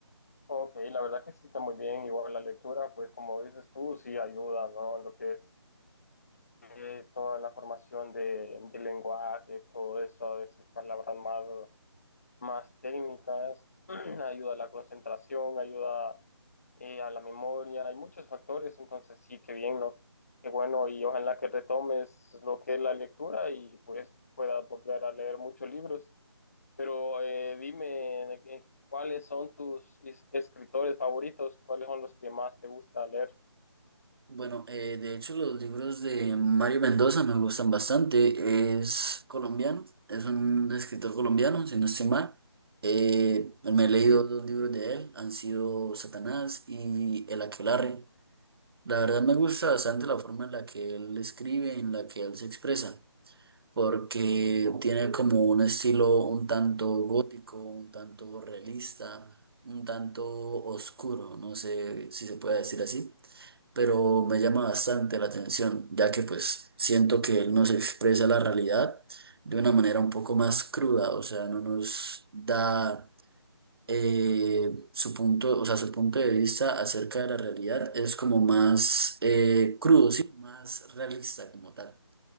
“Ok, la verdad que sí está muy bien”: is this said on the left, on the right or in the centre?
Left